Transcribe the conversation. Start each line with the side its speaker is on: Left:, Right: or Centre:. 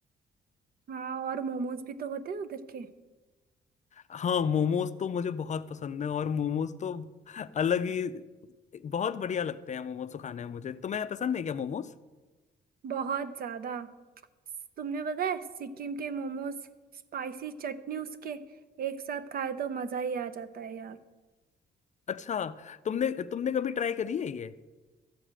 Right: हाँ और मोमोज भी तो होते हैं उधर के
Left: हाँ मोमोज तो मुझे बहुत पसंद है और मोमोज तो अलग ही बहुत बढ़िया लगते हैं मोमोज तो खाने में मुझे तुम्हें पसंद है क्या मोमोज
Right: बहुत ज्यादा तुमने पता है सिक्किम के मोमोज स्पाइसी चटनी उसके एक साथ खाए तो मजा ही आ जाता है यार
Left: अच्छा तुमने तुमने कभी ट्राई करी है ये